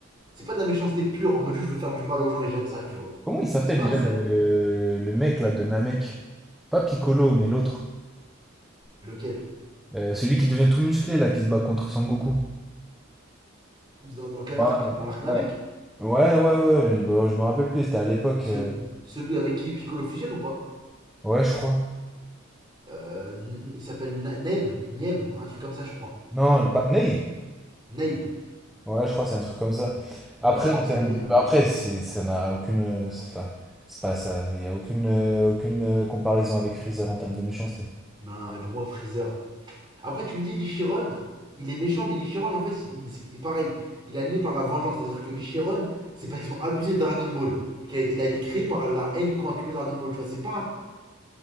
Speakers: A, on the right; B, in the centre.
A: C'est pas de la méchanceté pure, en mode juste, je veux faire du mal aux gens et j'aime ça, tu vois.
B: Comment il s'appelle
A: C'est pas
B: déjà
A: un sad.
B: le, le- le mec, là, de Namek? Pas Piccolo, mais l'autre.
A: Lequel
B: Euh, celui qui devient tout musclé, là, qui se bat contre Son Goku.
A: dans, dans quel
B: Ouais,
A: arc Dans l'arc Namek
B: ouais, Ouais, ouais, ouais, mais bon, je me rappelle plus, c'était à l'époque.
A: Ce-
B: euh,
A: Celui avec qui Piccolo fusionne ou pas
B: Ouais, je crois.
A: Euh, Il s'appelle Na- Nem, Niem, un truc comme ça, je crois.
B: Non, le pa- Nail.
A: Nail.
B: Ouais, je crois, c'est un truc comme ça. Après,
A: Ouais, je crois
B: en
A: que
B: termes...
A: c'est Nail. hein.
B: Après, c'est, ça n'a aucune. euh, c'est- Enfin, c'est pas ça. Il n'y a aucune, euh, aucune euh, comparaison avec Freezer en termes de méchanceté.
A: Non, mais pour moi, Freezer. Après, tu me dis, Lichiron, il est méchant, mais Lichiron, en fait, il- il- pareil, il est animé par la vengeance. C'est-à-dire que Lichiron, c'est parce qu'ils ont abusé de Dragon Ball. qu'il a été- Il a été créé par la haine qu'ont accumulé Dragon Ball, tu vois. C'est pas.